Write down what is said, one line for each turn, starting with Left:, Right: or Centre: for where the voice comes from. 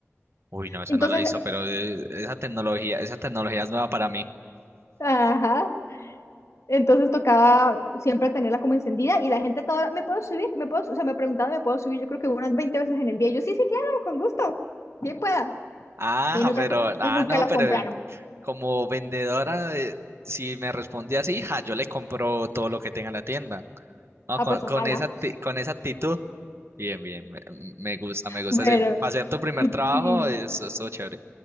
Right: Uy, no, esa
Left: Entonces,
Right: no la hizo, pero eh, esa tecnología, esa tecnología es nueva para mí.
Left: ajá, Entonces tocaba siempre tenerla como encendida y la gente toda, ¿me puedo subir? ¿Me puedo? su-?" O sea, me preguntaban, ¿me puedo subir? Yo creo que unas 20 veces en el día. Y yo, sí, sí, claro, con gusto, bien pueda.
Right: Ah,
Left: Y nunca,
Right: pero,
Left: co-
Right: ah,
Left: y nunca
Right: no,
Left: la
Right: pero
Left: compraron.
Right: eh, como vendedora, eh, si me respondía así, ja, yo le compro todo lo que tenga en la tienda. No,
Left: Ah,
Right: con,
Left: pues
Right: con
Left: ojalá.
Right: esa, acti- con esa actitud. Bien, bien, me, me gusta, me gusta.
Left: Bueno,
Right: ese- Para hacer tu primer
Left: y,
Right: trabajo,
Left: y
Right: eso estuvo chévere.